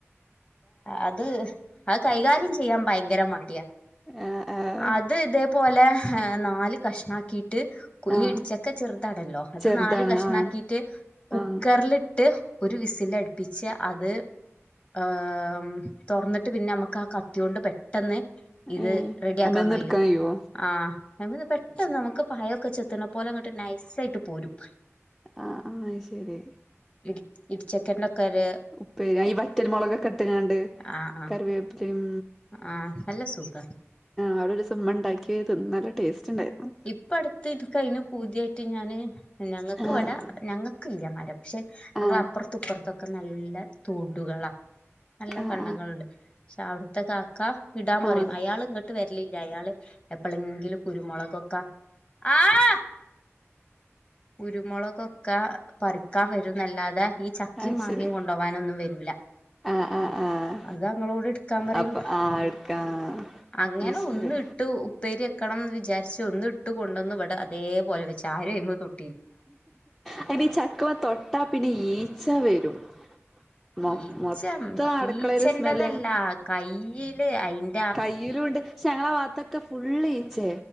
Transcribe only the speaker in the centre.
ആഹ് ആഹ്
ആഹ്
ചെറുതാണ്
ആഹ്
ആഹ്
ഏഹ്
അയ്മന്ന്
എടുക്കാൻ കഴിയോ
ആഹ് ആഹ് അയ് ശരി
ഉപ്പേരി ഈ വറ്റൽ മുളകൊക്ക ഇട്ട്ങ്ങാണ്ട്
കറിവേപ്പിലിം
അവിടെ ഒരു ദിവസം ഉമ്മ ഉണ്ടാക്കി തിന്ന് നല്ല ടേസ്റ്റ് ഉണ്ടായിരുന്നു
ആഹ്
ആഹ്
ആഹ്
ആഹ്
അത്
ശരി
ആഹ് ആഹ് ആഹ്
അപ്പൊ ആഹ് എടുക്കാം
അത് ശരി
അയിന് ചക്കമെ തൊട്ട പിന്നെ ഈച്ച വരും മൊ
മൊത്തം അടുക്കളയില്
സ്മെല്ല്
കയ്യിലുണ്ട് പക്ഷെ ഞങ്ങളെ ഭാഗത്തൊക്കെ ഫുള്ളീച്ചേ